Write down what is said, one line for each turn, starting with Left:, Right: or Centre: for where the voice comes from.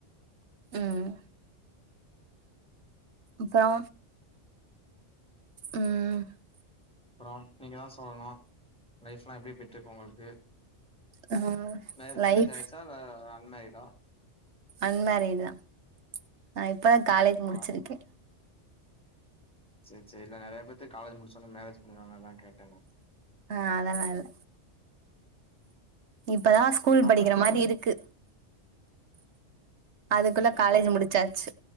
Right: ம் அப்றோ ம்
Centre: அப்றோ நீங்க தா சொல்ணு லைஃப்லா எப்டி போய்ட்ருக்கு உங்களுக்கு
Right: ஆ
Centre: மே மேரேஜ்
Right: லைஃப்
Centre: ஆயிருச்சா இல்ல அன்மேரிடா
Right: அன்மேரிடு தா நா இப்பதா
Centre: அப்டிங்களா
Right: காலேஜ் முடிச்சிருக்கே
Centre: சேரி சேரி இல்ல நெறைய பேர்த்துக் காலேஜ் முடிச்சோன்னே மேரேஜ் பண்ணீவாங்க அதா கேட்டே நா
Right: ஆ அதல்லா இல்ல இப்பதா
Centre: சேர்
Right: ஸ்கூல்
Centre: சேரி அப்ப
Right: படிக்கிற மாரி இருக்கு அதுக்குள்ள
Centre: அப்டிங்களா
Right: காலேஜ் முடிச்சாச்சு